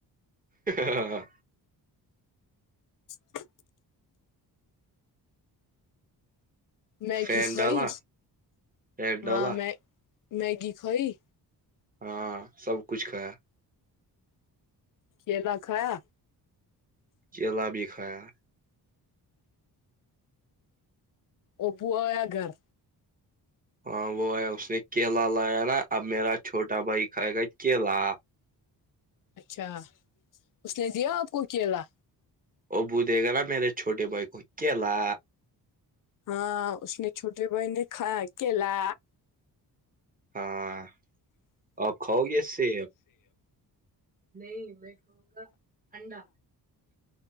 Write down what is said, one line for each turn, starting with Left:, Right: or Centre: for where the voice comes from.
Right: ہاں
Left: ہاں میں
Right: فین
Left: کی سئی
Right: ڈالا پیٹ ڈالا
Left: ہاں میں میگی کھوئی
Right: ہاں سب کچھ کھایا
Left: کلا کھایا
Right: چلا بھی کھایا
Left: ابویا گھر
Right: ہاں وہ ہے اس نے کیلا لایا نا اب میرا چھوٹا بھائی کھائے گا کیلا
Left: اچھا اس نے دیا آپ کو کیلا
Right: ا بھے گا نا میرے چھوٹے بھائی کو کلا
Left: ہاں اس نے چھوٹے بھائین نے کھا اکیلا
Right: ہاں آپ کھاؤ گے اس سے نہیں میں کاؤں گا ٹھڈا